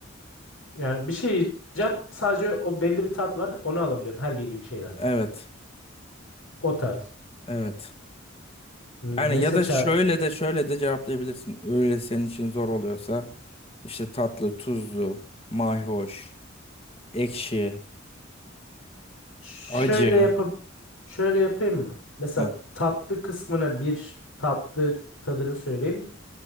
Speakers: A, on the left; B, on the left.
A: Yani bir şey yiyeceğim. Sadece o belli bir tat var. Onu alabiliyorum. Her yediğim şeyden.
B: Evet.
A: O tarz.
B: Evet.
A: Hmm,
B: Yani
A: ne
B: ya
A: seçerdim?
B: da şöyle de şöyle de cevaplayabilirsin. Öyle senin için zor oluyorsa işte tatlı, tuzlu, mayhoş, ekşi,
A: Şöyle
B: acı.
A: yapıp şöyle yapayım mı? Mesela
B: Heh,
A: tatlı kısmına bir tatlı tadını söyleyeyim.